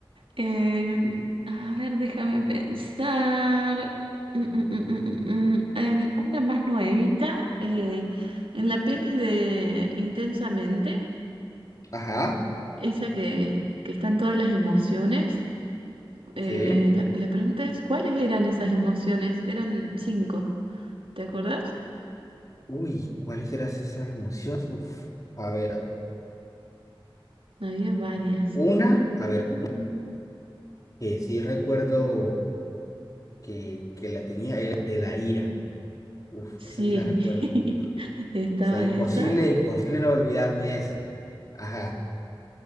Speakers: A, on the right (about 85°); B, on the left (about 40°).
A: Em, a ver, déjame pensar. Mm, mm, mm, mm, mm, mm. En una más nuevita, eh, en la peli de Intensamente,
B: Ajá,
A: esa que, que están todas las emociones, eh,
B: sí.
A: la, la pregunta es, ¿cuáles eran esas emociones? Eran cinco, ¿te acordás?
B: Uy, ¿cuáles eran esas emociones? Uf, a ver, a ver.
A: Había varias.
B: Una, a ver, una que sí recuerdo que, que la tenía era de la ira. Uf,
A: Sí,
B: esa sí la recuerdo.
A: <laughs>
B: Uf. O
A: estaba
B: sea, imposible,
A: esa.
B: imposible no olvidarme de esa. Ajá.